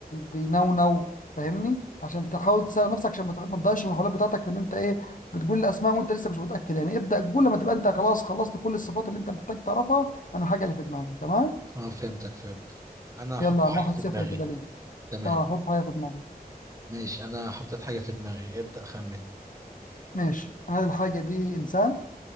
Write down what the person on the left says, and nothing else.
بينونو فاهمني عشان تحاول تسأل نفسك عشان ما ت- ما تضيعش المحاولات بتاعتك في ان انت ايه بتقول الأسماء وانت لسه مش متأكد يعني ابدأ قول لما تبقى انت خلاص خلصت كل الصفات اللي انت محتاج تعرفها عن الحاجة اللي في دماغك تمام
يلا يا
عم واحد
صفر
كده ليك
اه حط حاجة في دماغك
ماشي هل الحاجة دي إنسان